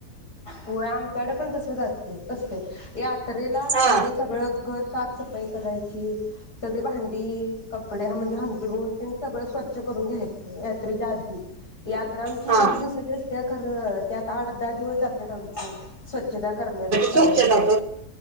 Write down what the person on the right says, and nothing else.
हा
हा
स्वच्छताक.